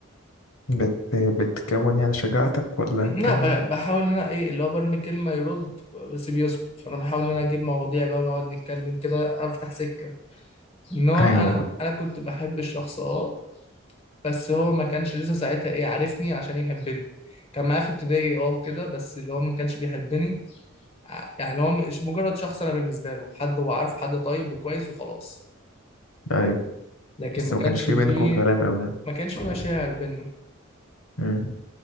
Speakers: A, on the left; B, on the left.
A: بت... بتكون يعني شجاعتك ولا
B: لا
A: كان
B: ب- بحاول ان انا ايه اللي هو برمي كلمه يرد بس بيسكت فانا بحاول ان انا اجيب مواضيع بقى ونقعد نتكلم كده افتح سكه ان هو
A: ايوه
B: انا انا كنت بحب الشخص اه بس هو ما كانش لسه ساعتها ايه عارفني عشان يحبني كان معايا في ابتدائي اه وكده بس اللي هو ما كانش بيحبني ع- يعني هو مش مجرد شخص انا بالنسبه له حد هو عارفه حد طيب وكويس وخلاص
A: ايوه
B: لكن
A: بس
B: ما
A: ما
B: كانش
A: كانش في
B: فيه
A: بينكم كلام قوي يعني
B: ما كانش فيه مشاعر بينا
A: امم